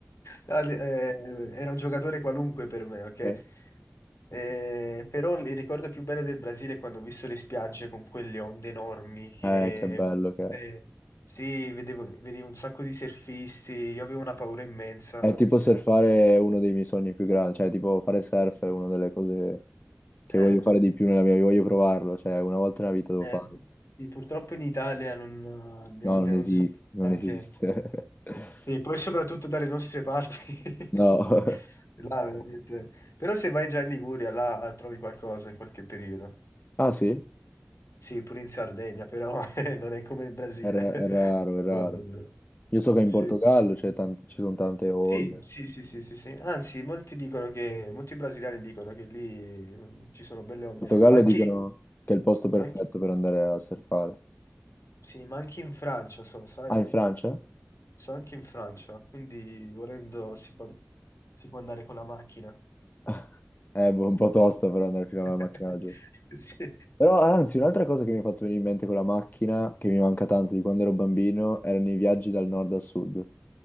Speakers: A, on the left (about 70°); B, on the left (about 35°).
A: eh, era un giocatore qualunque per me, ok?
B: eh,
A: Eh, però il ricordo più bello del Brasile è quando ho visto le spiagge con quelle onde enormi che...
B: eh, che bello che è.
A: eh, sì, vedevo, vedevo un sacco di surfisti, io avevo una paura immensa.
B: È tipo surfare è uno dei miei sogni più grandi. Cioè, tipo fare surf è una delle cose che
A: Eh,
B: voglio fare di più nella mia vita. Voglio provarlo. Cioè, una volta nella vita devo
A: Eh,
B: farlo.
A: sì, purtroppo in Italia non, eh, le
B: No,
A: onde
B: non esiste,
A: non sono
B: non
A: neanche...
B: esiste. <laughs>
A: Sì, poi soprattutto dalle nostre parti.
B: No.
A: <laughs>
B: <laughs>
A: Là, veramente. Però se vai già in Liguria, là eh, trovi qualcosa in qualche periodo.
B: Ah, sì?
A: Sì, pure in Sardegna, però <laughs> eh, non è come il Brasile.
B: È, ra-
A: <laughs>
B: è raro, è raro.
A: Ricordatelo.
B: Io so che in
A: Sì.
B: Portogallo c'è tanti- ci sono tante onde.
A: Sì,
B: In
A: sì, sì, sì, sì, sì. Anzi, molti dicono che, molti brasiliani dicono che lì mm, ci sono belle onde,
B: Portogallo
A: ma anche,
B: dicono che è il posto perfetto
A: ma anche-
B: per andare a surfare.
A: sì, ma anche in Francia, so, sai?
B: Ah, in Francia?
A: sono anche in Francia, quindi volendo si può, si può andare con la macchina.
B: <laughs> Eh, boh, un po' tosto per andare fino alla
A: <laughs>
B: macchina laggiù.
A: Sì.
B: Però, anzi, un'altra cosa che mi ha fatto venire in mente con la macchina, che mi manca tanto di quando ero bambino, erano i viaggi dal nord al sud.